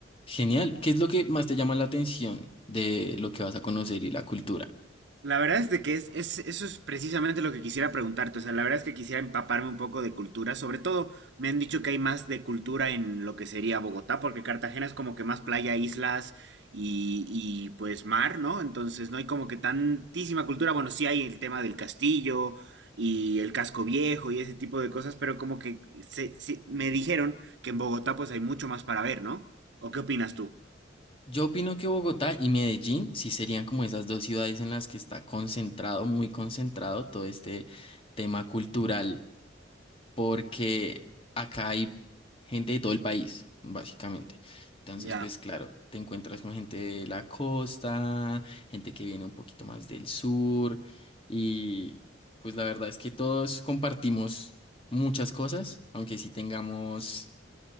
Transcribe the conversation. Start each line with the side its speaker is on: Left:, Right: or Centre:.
Left: Genial. ¿Qué es lo que más te llama la atención de lo que vas a conocer y la cultura?
Right: La verdad es de que es, es- eso es precisamente lo que quisiera preguntarte. O sea, la verdad es que quisiera empaparme un poco de cultura. Sobre todo, me han dicho que hay más de cultura en lo que sería Bogotá, porque Cartagena es como que más playa, islas y, y, pues mar, ¿no? Entonces no hay como que tantísima cultura. Bueno, sí hay el tema del castillo y el casco viejo y ese tipo de cosas, pero como que se, sí, me dijeron que en Bogotá pues hay mucho más para ver, ¿no? ¿O qué opinas tú?
Left: Yo opino que Bogotá y Medellín sí serían como esas dos ciudades en las que está concentrado, muy concentrado todo este tema cultural, porque acá hay gente de todo el país, básicamente. Entonces,
Right: Ya,
Left: pues claro, te encuentras con gente de la costa, gente que viene un poquito más del sur, y pues la verdad es que todos compartimos muchas cosas, aunque sí tengamos